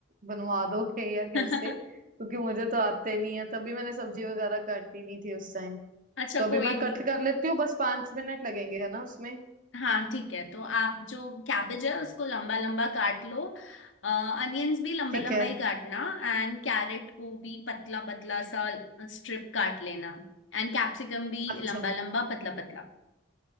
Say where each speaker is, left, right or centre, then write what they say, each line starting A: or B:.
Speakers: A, on the right; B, on the left.
A: बनवा दोगे या कैसे
B: <laughs>
A: क्योंकि मुझे तो आते नहीं है तभी मैंने सब्जी वगैरह काटी नहीं थी उस टाइम
B: अच्छा
A: तो अभी
B: कोई
A: मैं कट
B: नहीं
A: कर लेती हूँ बस पांच मिनट लगेंगे है ना उसमें
B: हाँ ठीक है तो आप जो कैबेज है उसको लंबा लंबा काट लो अनियंस भी लंबा
A: ठीक
B: लंबा
A: है
B: ही काटना एंड कैरेट को भी पतला पतला सा स्ट्रिप काट लेना एंड कैप्सिकम भी
A: अच्छा
B: लंबा लंबा पतला पतला